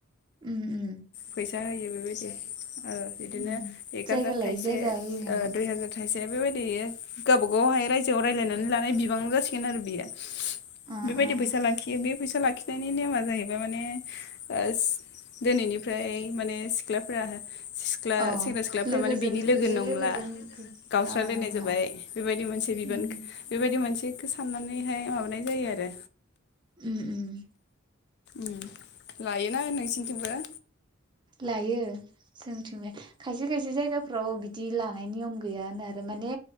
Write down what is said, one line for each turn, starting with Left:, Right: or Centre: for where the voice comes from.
Right: उम उम
Left: फैसा होयो बेबायदि ओ बिदिनो
Right: उम
Left: एक
Right: जायगा
Left: हाजार
Right: लायै
Left: थाइसे
Right: जायगा होयो नामाथाय
Left: दुइ हाजार थाइसे बेबायदि गावबा गावहाय रायजोआव रायलायनानै लानाय बिबां जासिगोन आरो बेयो
Right: ओ
Left: बेबायदि
Right: ओ
Left: फैसा लाखियो बे फैसा लाखिनायनि नेमा जाहैबाय माने ओस दोनैनि फ्राय माने सिख्लाफोरा सिख्ला
Right: अ
Left: सेंग्रा सिख्लाफ्रा
Right: लोगोजों
Left: माने बिनि लोगो
Right: बे
Left: नंला
Right: लोगोजों
Left: गावस्रालायनाय
Right: ओ नंला
Left: जाबाय बेबायदि मोनसे बिबान
Right: उम
Left: बेबायदि मोनसे बेखो साननानैहाय माबानाय जायो आरो
Right: उम उम
Left: उम लायोना नोंसिनिथिंबो
Right: लायो जोथिंलाय खायसे खायसे जायगाफ्राव बिदि लानाय नियम गैयानो आरो माने